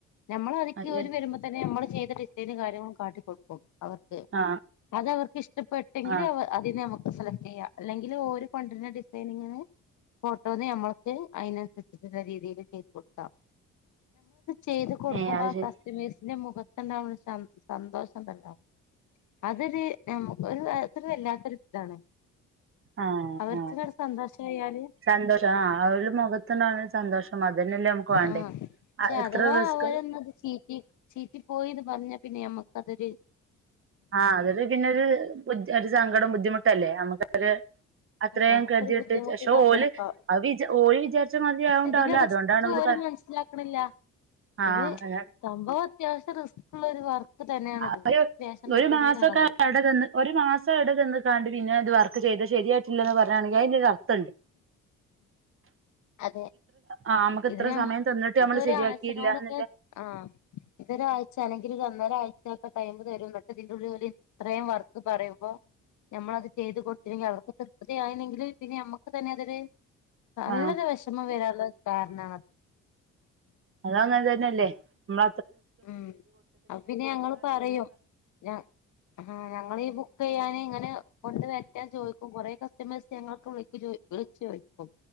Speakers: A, on the left (about 75°); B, on the right (about 45°).
A: നമ്മൾ അതിക്ക്
B: അയ്യേ
A: ഓര് വരുമ്പോ തന്നെ നമ്മള് ചെയ്ത ഡിസൈനും, കാര്യങ്ങളും കാട്ടി കൊട്ക്കും അവർക്ക്.
B: ആഹ്
A: അതവർക്ക് ഇഷ് ഇഷ്ടപ്പെട്ടെങ്കില്
B: ആഹ്
A: അതിനെ നമുക്ക് സെലക്ട് ചെയ്യാം, അല്ലെങ്കിൽ ഓര് കൊണ്ടരുന്ന ഡിസൈനിങ്ങിന് ഫോട്ടോന്ന് നമ്മൾ അതിനനുസരിച്ചിട്ടുള്ള രീതിയിൽ ചെയ്ത് കൊടുക്കാം ചെയ്ത് കൊടുക്കുമ്പോ
B: ഏഹ് അത് ശരി
A: കസ്റ്റമേഴ്സ് ന്റെ മുഖത്തുണ്ടാവുന്ന ഒരു സന്തോഷം ഉണ്ടല്ലാ, അതൊരു നമുക്ക് ഒരു വല്ലാത്ത ഒരു ഇതാണ്,
B: ആഹ്
A: അവർക്കടെ
B: ആഹ്
A: സന്തോഷം ആയാല്
B: സന്തോഷം ആഹ് അവരുടെ മുഖത്തന്നാണ് ഒരു സന്തോഷം അതന്നെല്ലേ നമുക്ക് വാണ്ടേ
A: ആ പക്ഷെ
B: ആഹ് എത്ര
A: അഥവാ
B: റിസ്ക്
A: അവരന്നത് ചീറ്റി ചീറ്റി പോയിന്ന് പറഞ്ഞ പിന്നെ നമ്മുക്ക അതൊരു
B: അതൊരു പിന്നൊരു ഒജ്ജാദി സങ്കടം ബുദ്ധിമുട്ട് ല്ലേ നമുക്കൊരു അത്രയും
A: ആഹ് നമുക്കൊരു
B: കേതിട്ട്
A: ബുദ്ധിമുട്ട്
B: ച് ഷെ
A: സങ്കടപ്പാവും
B: ഓല് അത് വിചാര് ഓല് വിചാരിച്ച മാതിരിയാവുണ്ടാവില്ല
A: പക്ഷെ ഇതിന്റെ റിസ്ക്
B: അതുകൊണ്ടാണ് അവര്
A: ഓര്
B: പറയ്
A: മനസ്സിലാക്കണില്ല
B: ആ
A: ഇത്
B: അതെ
A: സംഭവം അത്യാവശ്യം റിസ്കുള്ള ഒരു വർക്ക് തന്നെയാണിത്
B: ആ
A: ഫാഷൻ ഡിസൈനിങ്
B: ഒരു മാസൊക്കെ
A: പറഞ്ഞത്
B: വടെന്ന് ഒരു മാസം അവിടെ ന്ന് കാണ്ട് പിന്നെ ഒരു വർ ർക്‌ ചെയ്തത് ശരിയായിട്ടില്ല ന്ന് പർ താണെങ്കി അതിനൊരർത്ഥൻട്
A: അതെ
B: ആ നമുക്ക്
A: ഇത്
B: ഇത്ര
A: ഞ
B: സമയം തന്നിട്ട് നമ്മള്
A: ഇതൊരാഴ്ചനോടൊക്കെ
B: ശരിയാക്കിയില്ല എന്നില്ല
A: ആ ഇതൊരാഴ്ച അല്ലെങ്കിൽ ഒന്നരാഴ് ടൈ് തരും എന്നട്ടെ ഇതിന്റെള്ള ഇത്രയും വർക്ക് പറയുമ്പോ നമ്മളത് ചെയ്ത് കൊടുത്തിരെങ്കിൽ അവർക്ക് തൃപ്തി ആയില്ലെങ്കിൽ പിന്നെ നമ്മുക്ക് തന്നെ അതൊരു നല്ലൊരു
B: ആ
A: വിഷമം വരുള്ള കാരണണത്
B: അത് അങ്ങൻ തന്നെല്ലേ മ്മ
A: ഉം അത് പിന്നെ ഞങ്ങൾ പറയും ഞ ഞങ്ങളീ ബുക്ക് ഞാൻ ഇങ്ങനെ കൊണ്ട് വരട്ടെ ന്ന് ചോദിക്കും കുറെേ കസ്റ്റമേഴ്സ് ഞൾക്ക് വിളിച് വിളിച്ചു ചോയിക്കും